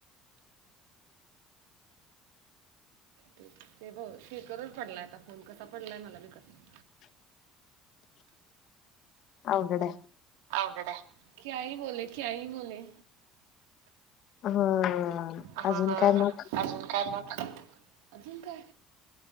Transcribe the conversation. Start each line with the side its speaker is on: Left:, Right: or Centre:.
Left: <unintelligible>
Right: ते बहुतेक, स्पीकर वर पडलाय आता फोन. कसा पडलाय? ते मला बी कळना.
Left: <inaudible> अवघड आहे
Right: बोलत आहे, क्या ही बोले, क्या ही बोले.
Left: हा....
Right: हा...
Left: अजून काय मग
Right: अजून काय मग? अजून काय?